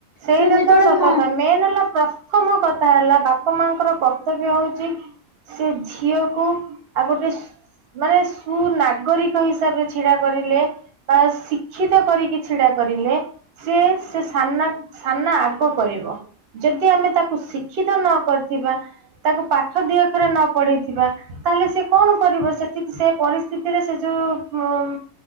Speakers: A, on the right; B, on the left.
A: ସେଇଟା
B: ସେ ଯେତେବେଳେ
A: ତ ସତ
B: ମା
A: କଥା ମେନ୍ ହେଲା ପ ପ୍ରଥମ କଥା ହେଲା ବାପା ମାଆଙ୍କର କର୍ତ୍ତବ୍ୟ ହଉଚି। ସେ ଝିଅକୁ ଆଉ ଗୋଟେ ମାନେ ସୁ ନାଗରିକ ହିସାବରେ ଛିଡା କରିଲେ। ବା ଶିକ୍ଷିତ କରିକି ଛିଡା କରିଲେ। ସିଏ ସେ ସାମ୍ନା ସାମ୍ନା ଆଗ କରିବ। ଯଦି ଆମେ ତାକୁ ଶିକ୍ଷିତ ନ କରିଥିବା ତାକୁ ପାଠ ଦିଅଖରେ ନ ପଢେଇଥିବା। ତାହେଲେ ସେ କଣ କରିବ ସେଠି ସେ ପରିସ୍ଥିତିରେ ସେ ଯୋଉ ଉଂ